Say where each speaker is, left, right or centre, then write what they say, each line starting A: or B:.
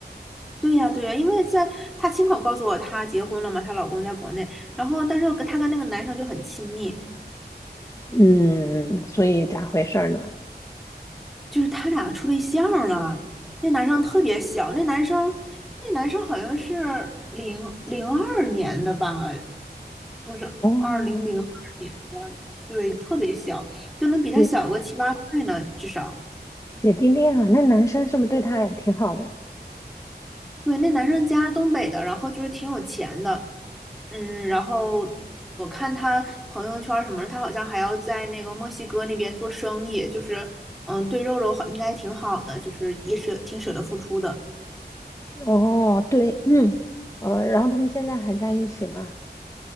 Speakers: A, in the centre; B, on the left (about 20°).
A: 对呀，对呀，因为在她亲口告诉我她结婚了嘛，她老公在国内，然后但是我跟她跟那个男生就很亲密，
B: 嗯，所以咋回事儿呢？
A: 就是他俩处对象了。那男生特别小，那男生那男生好像是零零二年的吧，就是二零零二年的，
B: 哦，
A: 对，特别小，就能比他小个七八岁呢，
B: 姐
A: 至少。
B: 姐弟恋啊，那男生是不是对她也挺好的？
A: 对，那男生家是东北的，然后就是挺有钱的，嗯，然后我看他朋友圈什么的，他好像还要在那个墨西哥那边做生意，就是嗯，对肉肉好应该挺好的，就是也舍挺舍得付出的。
B: 哦，对，嗯，呃，然后他们现在还在一起吗？